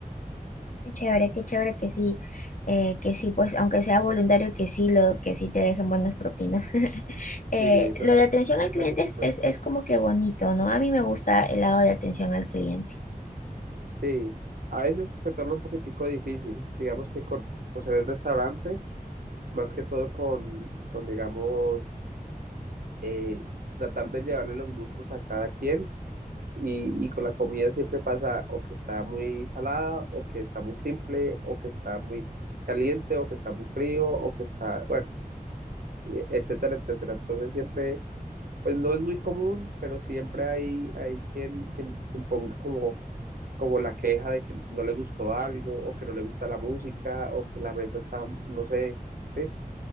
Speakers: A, on the left; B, on the right.
A: Qué chévere, qué chévere que sí, eh, que sí, pues, aunque sea voluntario, que sí, lo, que sí te dejen buenas propinas. <laughs> Eh,
B: Sí, eso,
A: lo de atención
B: eso
A: al cliente
B: es algo muy
A: es,
B: bueno.
A: es, es como que bonito, ¿no? A mí me gusta el lado de atención al cliente.
B: Sí, a veces se torna un poquitico difícil, digamos que con, como ser el restaurante, más que todo con, con digamos, eh, tratar de llevarle los gustos a cada quien y, y con la comida siempre pasa o que está muy salada, o que está muy simple, o que está muy caliente, o que está muy frío, o que está, bueno, y etcétera, etcétera. Entonces siempre, pues no es muy común, pero siempre hay, hay quien, quien, quien ponga como como la queja de que no le gustó algo, o que no le gusta la música, o que la mesa está, no sé, ¿sí?